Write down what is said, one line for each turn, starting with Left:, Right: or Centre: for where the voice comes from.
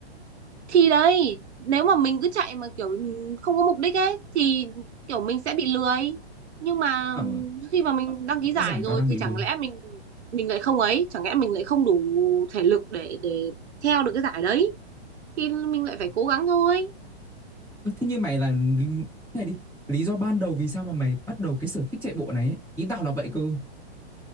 Right: thì đấy nếu mà mình cứ chạy mà kiểu không có mục đích ấy thì kiểu mình sẽ bị lười nhưng mà
Centre: Ờ,
Right: khi mà mình đăng ký
Centre: rõ
Right: giải
Centre: ràng
Right: rồi
Centre: tao đang
Right: thì
Centre: bị lười.
Right: chẳng lẽ mình mình lại không ấy chẳng lẽ mình lại không đủ thể lực để để theo được cái giải đấy thì mình lại phải cố gắng thôi
Centre: Ơ, Thế như mày là này đi, lý do ban đầu vì sao mà mày bắt đầu cái sở thích chạy bộ này ấy? Ý tao là vậy cơ.